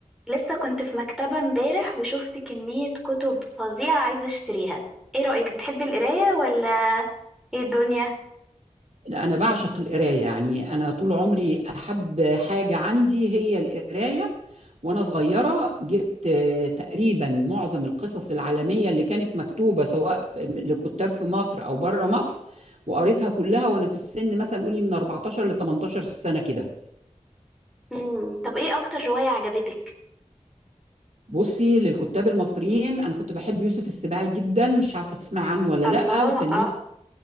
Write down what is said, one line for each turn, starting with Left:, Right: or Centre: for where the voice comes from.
Centre: لسه كنت في مكتبة امبارح وشفت كمية كتب فظيعة عايزة اشتريها ايه رأيك بتحبي القراية ولا ايه الدنيا
Right: لا أنا بعشق القراية يعني أنا طول عمري أحب حاجة عندي هي القراية وأنا صغيرة جبت آه، تقريبا معظم القصص العالمية اللي كانت مكتوبة سواء في- لكتاب في مصر أو بره مصر وقريتها كلها وأنا في السن مثلا قولي من 14 ل 18 سنة كده
Centre: مم. طب ايه اكتر رواية عجبتك
Right: بصي للكتاب المصريين أنا كنت بحب يوسف السباعي جدا مش عارفة تسمعي عنه ولا
Centre: الله
Right: لأ وكان ليه
Centre: اه